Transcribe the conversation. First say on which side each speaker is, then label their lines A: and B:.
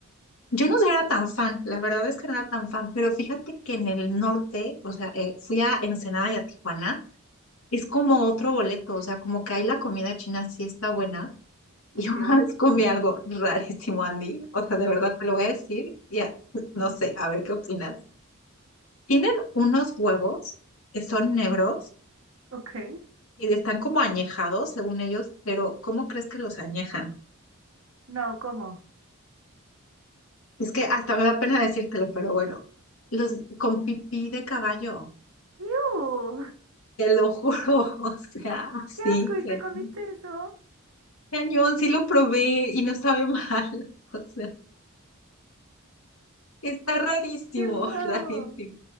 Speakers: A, on the left; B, on the right.
A: yo no era tan fan, la verdad es que no era tan fan, pero fíjate que en el norte, o sea, eh, fui a Ensenada y a Tijuana, es como otro boleto, o sea, como que ahí la comida china sí está buena. Y
B: Ok,
A: yo <laughs> una vez comí algo rarísimo, Andy, o sea, de verdad te lo voy a decir, y a- <laughs> no sé, a ver qué opinas. Tienen unos huevos que son negros
B: ok.
A: y están como añejados, según ellos, pero ¿cómo crees que los añejan?
B: No, ¿cómo?
A: Es que hasta me da pena decírtelo, pero bueno, los con pipí de caballo,
B: ¡Iu!
A: te lo juro, <laughs> o sea, sí,
B: ¡Qué asco! ¿Y
A: cañón,
B: te comiste eso?
A: cañón, sí lo probé y no sabe mal, <laughs> o sea, está rarísimo,
B: ¡Qué raro!
A: <laughs> rarísimo.
B: No